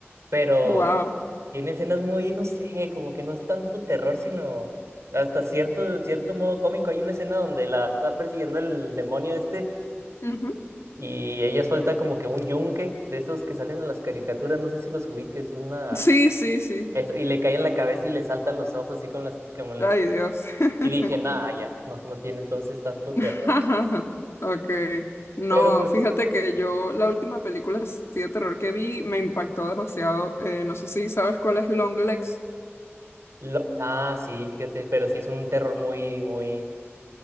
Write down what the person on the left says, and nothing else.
Wow.
Ujú.
Sí, sí, sí.
Ay,
Dios. <laughs>
<laughs>
Ok. No,
fíjate que yo la última película así de terror que vi me impactó demasiado. Eh, no sé si sabes cuál es Long Legs.